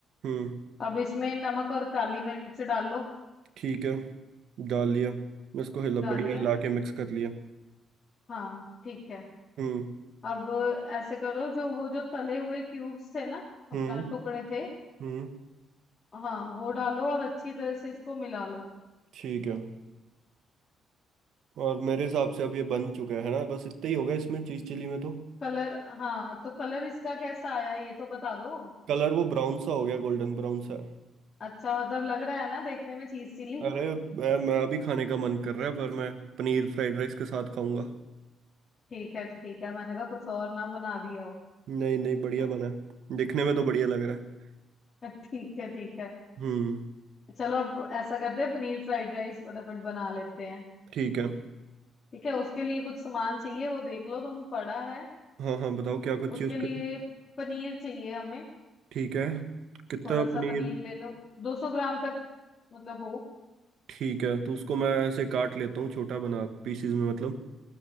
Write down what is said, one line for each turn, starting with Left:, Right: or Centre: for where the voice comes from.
Right: हम्म
Left: अब इसमें नमक और काली मिर्च डाल लो
Right: ठीक है डाल लिया इसको हिला
Left: डाल
Right: बढ़िया
Left: लिया
Right: हिला के मिक्स कर लिया
Left: हाँ ठीक है
Right: हम्म
Left: अब ऐसे करो जो वो जो तले हुए क्यूब्स थे ना अपना
Right: हम्म
Left: टुकड़े थे
Right: हम्म
Left: हाँ वो डालो और अच्छी तरह से इसको मिला लो
Right: ठीक है और मेरे हिसाब से अब ये बन चुका है ना बस इतना ही होगा इसमें चीज़ चिली में तो
Left: कलर हाँ तो कलर इसका कैसा आया ये तो बता दो
Right: कलर वो ब्राउन सा हो गया गोल्डन ब्राउन सा
Left: अच्छा मतलब लग रहा है ना देखने में चीज चिली
Right: अरे मैं, मैं अभी खाने का मन कर रहा है पर मैं पनीर फ्राइड राइस के साथ खाऊंगा
Left: ठीक है ठीक है मैंने कहा कुछ और ना बना दिया हो
Right: नहीं नहीं बढ़िया
Left: <laughs>
Right: बना है दिखने में तो बढ़िया लग रहा है
Left: ठीक है ठीक है
Right: हम्म
Left: चलो अब ऐसा करते हैं पनीर फ्राइड राइस फटाफट बना लेते हैं
Right: ठीक है
Left: ठीक है उसके लिए कुछ सामान चाहिए वो देख लो तुम पड़ा है
Right: हाँ हाँ बताओ क्या कुछ
Left: उसके
Right: चीज़
Left: लिए
Right: करें
Left: पनीर चाहिए हमें
Right: ठीक है कितना
Left: थोड़ा सा
Right: पनीर
Left: पनीर ले लो 200 ग्राम तक मतलब हो
Right: ठीक है तो उसको मैं ऐसे काट लेता हूँ छोटा बना पीसीज में मतलब